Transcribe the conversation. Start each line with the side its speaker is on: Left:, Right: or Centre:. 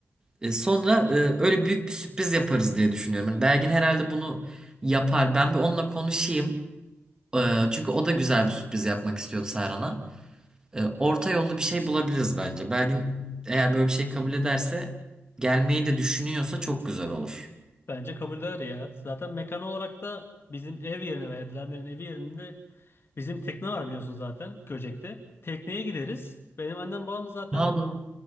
Right: E, sonra e, öyle büyük bir sürpriz yaparız diye düşünüyorum. Yani Belgin herhalde bunu yapar. Ben bir onunla konuşayım. E, çünkü o da güzel bir sürpriz yapmak istiyordu Serhan'a. E, orta yollu bir şey bulabiliriz bence. Belgin eğer böyle bir şey kabul ederse gelmeyi de düşünüyorsa çok güzel olur.
Left: Bence kabul eder ya. Zaten mekan olarak da bizim ev yerine veya Dilenler'in evi yerinde bizim tekne var biliyorsun zaten Göcek'te. Tekneye gideriz. Benim annem babam zaten
Right: Aa doğru.